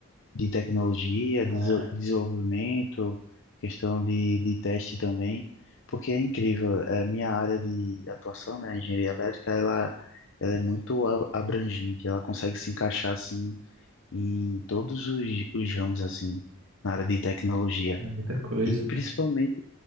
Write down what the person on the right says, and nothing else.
Ah,
é muita coisa,
né?